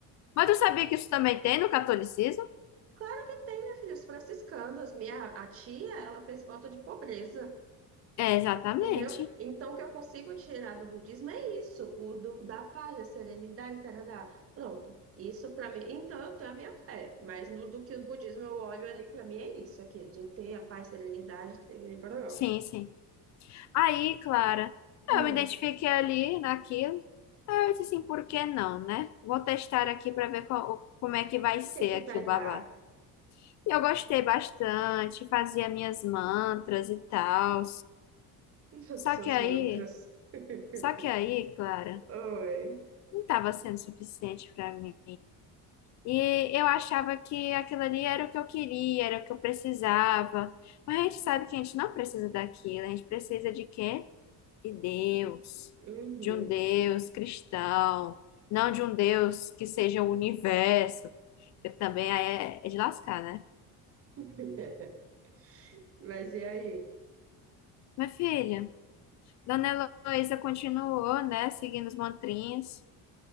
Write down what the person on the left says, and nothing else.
mas tu sabia que isso também tem no catolicismo?
É, exatamente.
Sim, sim. Aí, Clara,
eu me identifiquei ali naquilo. Aí eu disse assim, por que não, né? Vou testar aqui para ver qual- como é que vai
ser
aqui
o babado.
E eu gostei bastante, fazia minhas mantras e tal.
Só
que aí,
só que aí, Clara.
não estava sendo suficiente para mim. E eu achava que aquilo ali era o que eu queria, era o que eu precisava. Mas a gente sabe que a gente não precisa daquilo, a gente precisa de quê? De Deus,
de um Deus cristão, não de um Deus que seja o universo, que também é, é de lascar, né?
Minha filha, Dona Heloísa continuou, né, seguindo os mantrinhos.